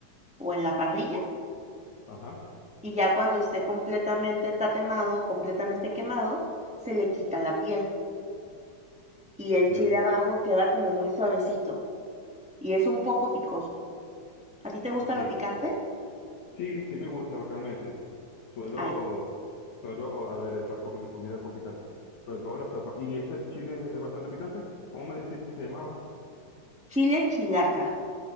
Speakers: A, in the centre; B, on the left (about 60°).
A: o en la parrilla
B: Ajá,
A: y ya cuando esté completamente tatemado, completamente quemado, se le quita la piel y el
B: ya,
A: chile abajo queda como muy suavecito y es un poco picoso. ¿A ti te gusta
B: ok.
A: lo picante?
B: Sí, sí me gusta realmente. Suelo,
A: Ay,
B: suelo aderezar con mi comida con picante, sobre todo la sopa. ¿Y ese chile es bastante picante? ¿Cómo me decías que se llamaba?
A: chile chilaca.